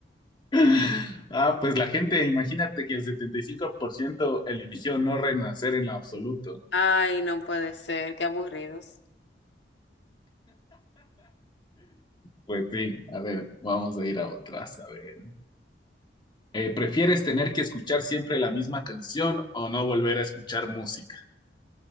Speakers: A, on the left; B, on the left.
A: <laughs> Ah, pues la gente, imagínate que el 75% eligió no renacer en lo absoluto.
B: Ay, no puede ser, qué aburridos.
A: Pues sí, a ver, vamos a ir a otras, a ver. Eh, ¿prefieres tener que escuchar siempre la misma canción o no volver a escuchar música?